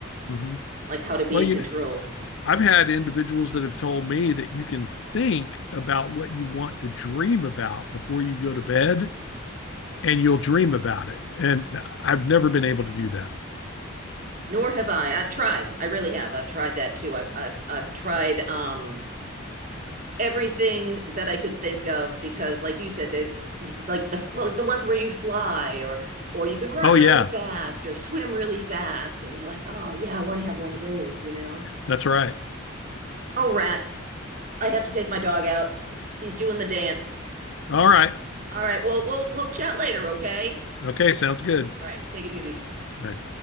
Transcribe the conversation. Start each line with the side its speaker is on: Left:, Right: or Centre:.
Left: hmm
Right: like how to be
Left: Well,
Right: in
Left: you
Right: control.
Left: kn- I've had individuals that have told me that you can think about what you want to dream about before you go to bed and you'll dream about it. And I've never been able to do that.
Right: Nor have I. I've tried. I really have. I've tried that too. I've I've I've tried um everything that I could think of because, like you said, there's like the the ones where you fly or or you can run
Left: Oh
Right: really
Left: yeah.
Right: fast or swim really fast, and you're like, oh yeah, I want to have one of those, you know
Left: That's right.
Right: Oh, rats. I have to take my dog out. He's doing the dance.
Left: All right.
Right: All right, well, we'll we'll chat later, okay?
Left: Okay, sounds good.
Right: All right, take it easy.
Left: Bye.